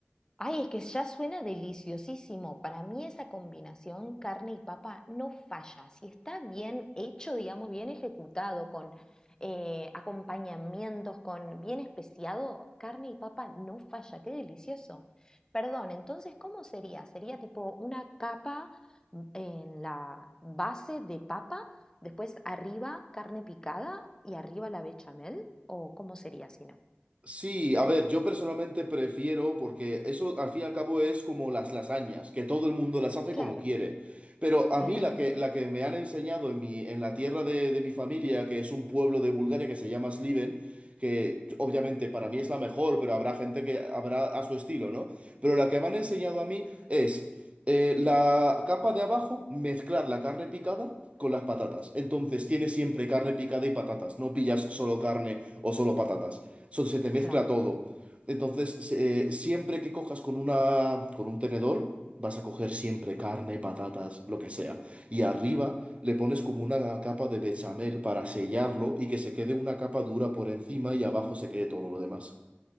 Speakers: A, on the left; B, on the right.
A: Ay, es que ya suena deliciosísimo. Para mí esa combinación carne y papa no falla. Si está bien hecho, digamos, bien ejecutado, con eh, acompañamientos, con bien especiado, carne y papa no falla. Qué delicioso. Perdón, entonces, ¿cómo sería? Sería tipo una capa mm, en la base de papa, después arriba carne picada y arriba la bechamel, ¿o cómo sería si no?
B: Sí, a ver, yo personalmente prefiero, porque eso al fin y al cabo es como las lasañas, que todo el mundo las hace como
A: Claro,
B: quiere. Pero a
A: <laughs>
B: mí la que, la que me han enseñado en mi, en la tierra de, de mi familia, que es un pueblo de Bulgaria que se llama Sliven, que obviamente para mí es la mejor, pero habrá gente que habrá a su estilo, ¿no? Pero la que me han enseñado a mí es eh, la capa de abajo, mezclar la carne picada con las patatas. Entonces tienes siempre carne picada y patatas, no pillas solo carne o solo patatas so- se te mezcla
A: claro.
B: todo. Entonces, se- siempre que cojas con una, con un tenedor, vas a coger siempre carne, patatas, lo que sea. Y arriba le pones como una capa de bechamel para sellarlo y que se quede una capa dura por encima y abajo se quede todo lo demás.